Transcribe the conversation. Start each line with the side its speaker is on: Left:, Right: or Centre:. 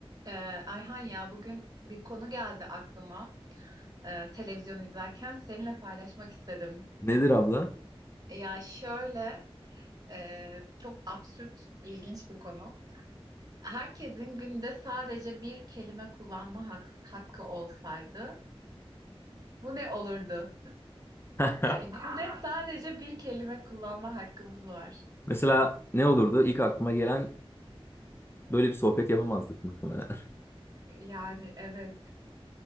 Right: Ee, Ayhan ya bugün bir konu geldi aklıma Ee, televizyon izlerken seninle paylaşmak istedim.
Left: Nedir abla?
Right: Ya şöyle e, çok absürt ilginç bir konu. Herkesin günde sadece bir kelime kullanma hak- hakkı olsaydı bu ne olurdu?
Left: <laughs>
Right: Yani günde sadece bir kelime kullanma hakkımız var.
Left: Mesela ne olurdu? İlk aklıma gelen böyle bir sohbet yapamazdık muhtemelen.
Right: Yani evet.